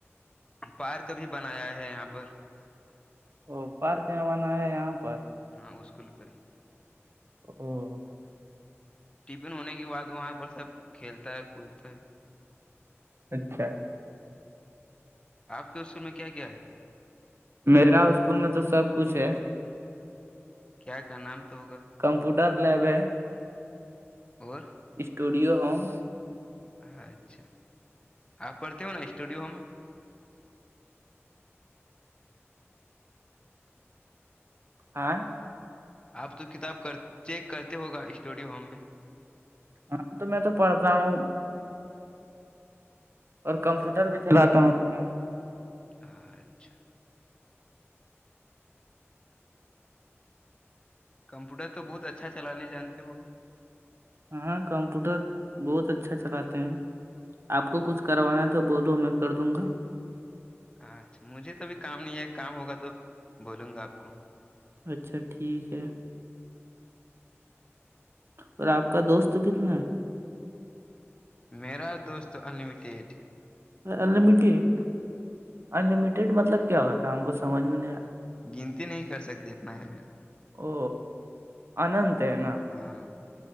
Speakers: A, on the left; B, on the right.
A: پارک بھی بنایا ہے یہاں پر
B: وہ پارکے بنایا ہے یہاں پر
A: ہاں اسکول پر ہی
B: ہمم
A: ٹفن ہونے کے بعد وہاں پر سب کھیلتا ہے کودتا ہے
B: اچھا
A: آپ کے اسکول میں کیا کیا ہے
B: میرا اسکول میں تو سب کچھ ہے
A: کیا کا نام تو ہوگا
B: کمپیوٹر لیب ہے
A: اور
B: اسٹوڈیو ہوم
A: اچھا آپ پڑھتے ہو نا اسٹوڈیو میں
B: ہاں
A: آپ تو کتاب کر چیک کرتے ہوگا اسٹوڈیو میں
B: ہاں تو میں تو پڑھتا ہوں اور کمپوٹر بھی چلاتا ہوں تھوڑا بہت
A: اچھا کمپیوٹر تو بہت اچھا چلانے جانتے ہو گے
B: ہاں کمپیوٹر بہت اچھا چلاتے ہیں آپ کو کچھ کروانا ہے تو بولو میں کر دوں گا
A: اچھا مجھے تو ابھی کام نہیں ہے کام ہوگا تو بولوں گا آپ کو
B: اچھا ٹھیک ہے اور آپ کا دوست کتنا ہے
A: میرا دوست انلیمیٹیڈ
B: انٹیڈ انمیٹیڈ مطلب کیا ہوتا ہے ہم کو سمجھ میں نہیں آیا
A: گنتی نہیں کر سکتی اتنا ہے
B: او انت ہے نا
A: ہاں